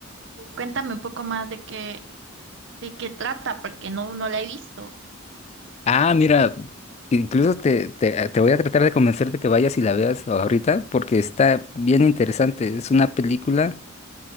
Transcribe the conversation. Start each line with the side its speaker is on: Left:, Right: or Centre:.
Right: Cuéntame un poco más de qué, de qué trata, porque no, no la he visto.
Left: Ah, mira, incluso te, te, te voy a tratar de convencer de que vayas y la veas ahorita, porque está bien interesante. Es una película